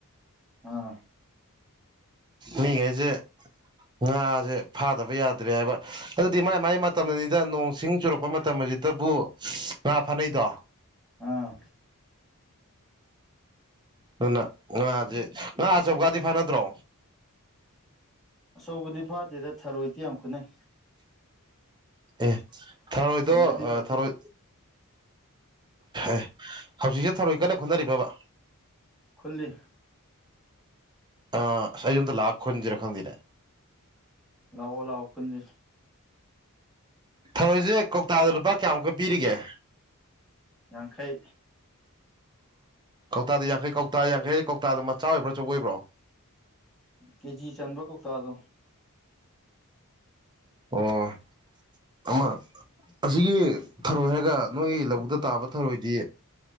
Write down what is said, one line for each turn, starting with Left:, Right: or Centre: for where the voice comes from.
Centre: ꯑꯥ
Right: ꯃꯤꯒꯩꯁꯦ ꯉꯥꯁꯦ ꯐꯥꯗꯕ ꯌꯥꯗ꯭ꯔꯦ ꯍꯥꯏꯕ ꯑꯗꯨꯗꯤ ꯃꯥꯏ ꯃꯥꯏ ꯃꯇꯝꯅꯅꯤꯗ ꯅꯣꯡ ꯁꯤꯡ ꯆꯨꯔꯛꯄ ꯃꯇꯝ ꯍꯧꯖꯤꯛꯇꯕꯨ ꯉꯥ ꯐꯥꯅꯩꯗꯣ
Centre: ꯑꯥ
Right: ꯑꯗꯨꯅ ꯉꯥꯁꯦ ꯉꯥ ꯑꯆꯧꯕꯒꯗꯤ ꯐꯥꯅꯗ꯭ꯔꯣ
Centre: ꯑꯆꯧꯕꯗꯤ ꯐꯥꯗꯦꯗ ꯊꯔꯣꯏꯗꯤ ꯌꯥꯝ ꯈꯨꯟꯅꯩ
Right: ꯑꯦ ꯊꯔꯣꯏꯗꯣ
Centre: ꯊꯔꯣꯏꯗꯤ ꯕꯥꯇꯤꯟ
Right: ꯊꯔꯣꯏ ꯑꯦ ꯍꯧꯖꯤꯛꯁꯦ ꯊꯔꯣꯏ ꯀꯟꯅ ꯈꯨꯟꯅꯔꯤꯔꯕ
Centre: ꯈꯨꯜꯂꯤ
Right: ꯑ ꯑꯩꯁꯨ ꯑꯃꯇ ꯂꯥꯛꯑꯒ ꯈꯨꯟꯁꯤꯔ ꯈꯪꯗꯦꯅꯦ
Centre: ꯂꯥꯛꯑꯣ ꯂꯥꯛꯑꯣ ꯈꯨꯟꯖꯦ
Right: ꯊꯔꯣꯏꯁꯦ ꯀꯧꯇꯥꯗ ꯂꯨꯄꯥ ꯀꯌꯥꯃꯨꯛꯀ ꯄꯤꯔꯤꯒꯦ
Centre: ꯌꯥꯡꯈꯩ
Right: ꯀꯧꯇꯥꯗ ꯌꯥꯡꯈꯩ ꯀꯧꯇꯥ ꯌꯥꯡꯈꯩ ꯀꯧꯇꯥꯗ ꯃꯆꯥ ꯑꯣꯏꯕ꯭ꯔ ꯑꯆꯧꯕ ꯑꯣꯏꯕ꯭ꯔꯣ
Centre: ꯀꯦꯖꯤ ꯆꯟꯕ ꯀꯧꯇꯥꯗꯣ
Right: ꯑꯣ ꯑꯃ ꯑꯁꯤꯒꯤ ꯊꯔꯣꯏ ꯍꯥꯏꯔꯒ ꯅꯣꯏꯒꯤ ꯂꯧꯕꯨꯛꯇ ꯇꯥꯕ ꯊꯔꯣꯏꯗꯤ